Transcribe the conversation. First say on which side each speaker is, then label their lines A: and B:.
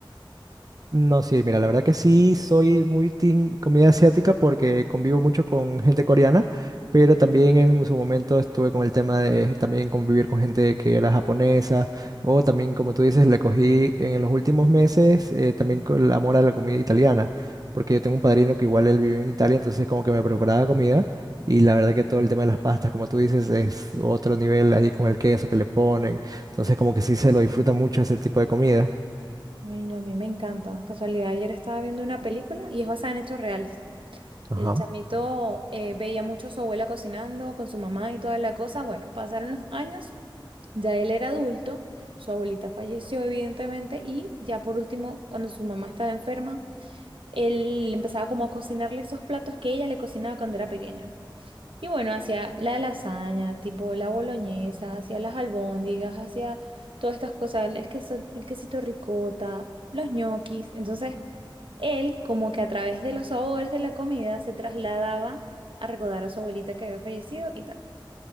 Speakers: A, on the right (about 45°); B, on the right (about 80°).
A: No, sí, mira, la verdad que sí soy muy team comida asiática porque convivo mucho con gente coreana, pero también en su momento estuve con el tema de también convivir con gente que era japonesa, o también, como tú dices, le cogí en los últimos meses eh, también con el amor a la comida italiana, porque yo tengo un padrino que igual él vive en Italia, entonces como que me preparaba comida y la verdad que todo el tema de las pastas, como tú dices, es otro nivel ahí con el queso que le ponen, entonces como que sí se lo disfruta mucho ese tipo de comida.
B: Ay, no, a mí me encanta. Casualidad, ayer estaba viendo una película y es basada en hechos reales.
A: Ajá.
B: Y el chamito eh, veía mucho a su abuela cocinando con su mamá y toda la cosa. Bueno, pasaron los años. Ya él era adulto, su abuelita falleció evidentemente y ya por último, cuando su mamá estaba enferma, él empezaba como a cocinarle esos platos que ella le cocinaba cuando era pequeño. Y bueno, hacía la lasaña, tipo la boloñesa, hacía las albóndigas, hacía todas estas cosas, el queso, el quesito ricota, los ñoquis. Entonces, él como que a través de los sabores de la comida se trasladaba a recordar a su abuelita que había fallecido y tal.